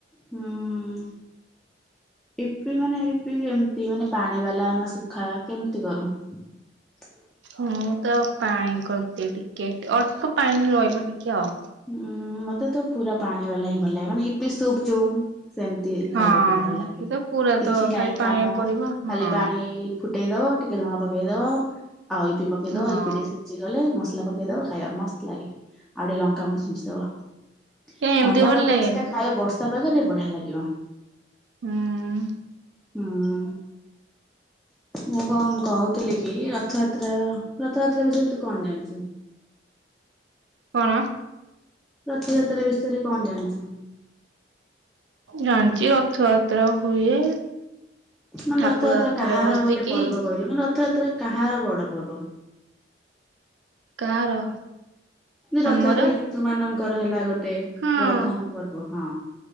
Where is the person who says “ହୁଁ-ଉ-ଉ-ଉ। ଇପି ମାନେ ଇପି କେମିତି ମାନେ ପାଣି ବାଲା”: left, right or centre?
Centre